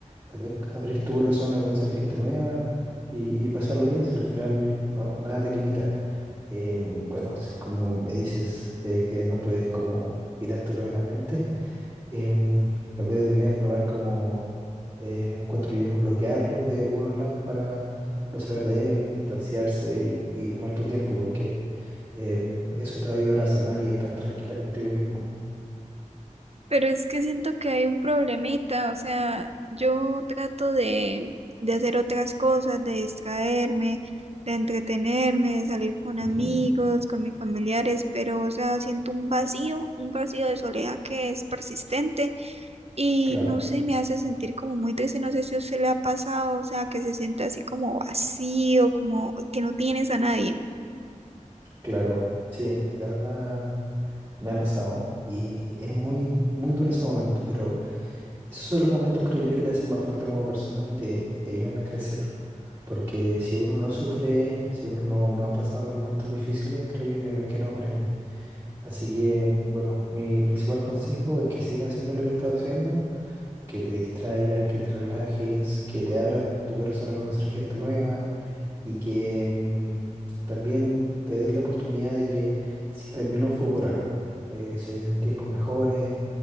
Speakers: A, on the right; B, on the right.
A: tal vez abrir tu corazón a conocer gente nueva y, y pasarlo bien, si al final no, nada te limita. Em, bueno, si como me dices eh, que no puedes como quitártelo de la mente. Em, tal vez deberías probar como eh, encuentro yo bloquearlo de algunos lados para no saber de él, distanciarse y, y tomar tu tiempo, porque em, eso te va a ayudar a sanar y a estar tranquila contigo mismo.
B: Pero es que siento que hay un problemita, o sea, yo trato de, de hacer otras cosas, de distraerme, de entretenerme, de salir con
A: Ujú,
B: amigos, con mis familiares, pero, o sea, siento un vacío, un vacío de soledad que es persistente y
A: Claro.
B: no sé, me hace sentir como muy triste, no sé si a usted le ha pasado, o sea, que se siente así como vacío, como que no tienes a nadie.
A: Claro, sí, la verdad me ha pasado y es muy, muy duro ese momento, pero Esos son los momentos, creo yo, que te hacen más fuerte como persona y te, te ayudan a crecer. Porque si uno no sufre, si uno no, no ha pasado los momentos difíciles, creo yo que, no- que no aprende. Así que, bueno, mi principal consejo es que siga haciendo lo que está haciendo que te distraigas, que te relajes, que te abras tu corazón a conocer gente nueva y que mm, también te des la oportunidad de que si terminó fue por algo. Eh, se vienen tiempos mejores,